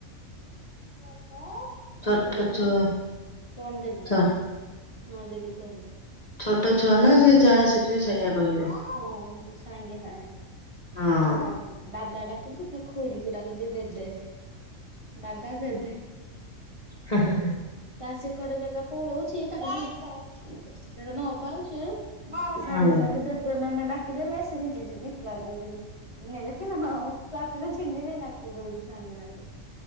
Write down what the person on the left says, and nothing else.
ଛୋଟ
ଛୁଆ
ଛୋ
ଛୋଟ ଛୁଆ ନା ସେ ଯାହା ଶିଖିବେ ସେଇଆ।
କହିବେ।
ହଁ।
ହଃ-ହଃ-ହଃ।
ହଁ।